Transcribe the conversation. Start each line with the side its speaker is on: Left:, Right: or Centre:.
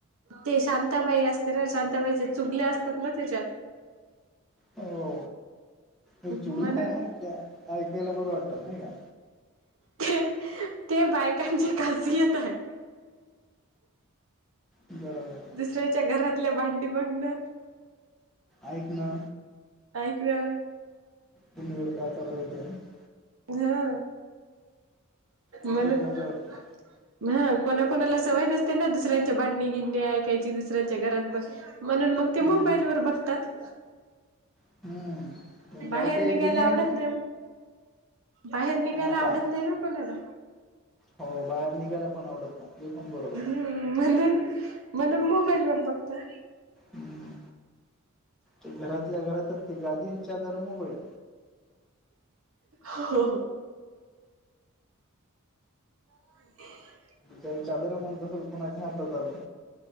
Right: ते शांताबाई असते ना शांताबाईचे चुगले असतात ना त्याच्यात
Centre: हो म चुगला
Right: म्हणून
Centre: ऐकायला बरं वाटतात नाही का
Right: ते ते बायकांची काजियत आहे.
Centre: बरोबर
Right: दुसऱ्याच्या घरातल्या भांडी बघणं
Centre: ऐक ना.
Right: ऐकवा
Centre: पिण कड आलेत <unintelligible>
Right: हा
Centre: त्याच्यात
Right: मण
Centre: मजा वाटते
Right: <inaudible> हा कोणाकणाला सवय नसते ना दुसऱ्यांच्या भांडणी गिंणे ऐकायची दुसऱ्यांच्या घरात ब म्हणून मग ते
Centre: हम्म
Right: मोबाईलवर बघतात.
Centre: हम्म पण
Right: बाहेर
Centre: काही काही
Right: निघायला
Centre: जुने आहे
Right: आवडत
Centre: ना
Right: नाही मग बाहेर निघायला
Centre: ना आता
Right: आवडत नाही ना कोणाला.
Centre: हो बाहेर निघायला पण आवडत नाही हे पण बरोबर
Right: हम्म
Centre: आहे.
Right: म्हणून म्हणून मोबाईल वर बघता.
Centre: हम्म घरातल्या घरातच ते गादीं चदर मोबाईल
Right: हो ह
Centre: का चादर म्हणत असेल कुणाच्या हातात आलो.